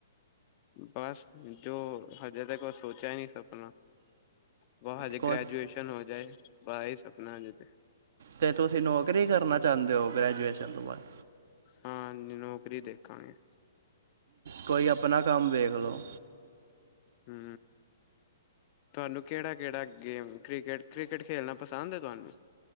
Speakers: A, on the left; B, on the right.
A: ਬਸ ਜੋ ਹਜੇ ਤੱਕ ਓ ਸੋਚੇਆ ਨੀ ਸਪਨਾ ਬਸ ਹਜੇ
B: ਕੋ
A: ਗ੍ਰੈਜੂਏਸ਼ਨ ਹੋ ਜਾਏ, ਬਸ ਏ ਸਪਨਾ ਹਜੇ ਤੇ।
B: ਤੇ ਤੁਸੀਂ ਨੌਕਰੀ ਕਰਨਾ ਚਾਂਦੇ ਓਂ ਗ੍ਰੈਜੂਏਸ਼ਨ ਤੋਂ ਬਾਦ
A: ਹਾਂ ਜੀ ਨੌਕਰੀ ਦੇਖਾਂਗੇ।
B: ਕੋਈ ਆਪਨਾ ਕੰਮ ਵੇਖ ਲਓ।
A: ਹੂੰ। ਤਆਨੂੰ ਕੇੜਾ-ਕੇੜਾ ਗੇਮ ਕ੍ਰਿਕਟ-ਕ੍ਰਿਕਟ ਖੇਲਨਾ ਪਸੰਦ ਆ ਤਆਨੂੰ।